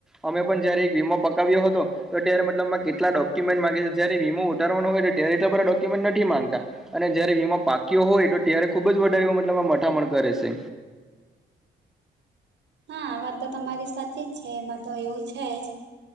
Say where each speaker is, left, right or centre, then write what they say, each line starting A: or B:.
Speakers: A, in the centre; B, on the right.
A: અમે પણ જયારે એક વીમા પકાવ્યો હતો. તો અત્યારે મતલબમાં કેટલા ડોક્યુમેન્ટ ગે છે જય વીમો ઉતારવાનો હોય તો ત્યારે એટલા બ ડો્યુમેન્ટ નથી માંગતા. અને જયારે વીમા પાકીઓ હોય તો ત્યારે ખુબ જ વધારે મતલબ મઠામણ કરે છે.
B: હા વાત તો તમારી સાચી જ છે એમાં તો એવું છે જ.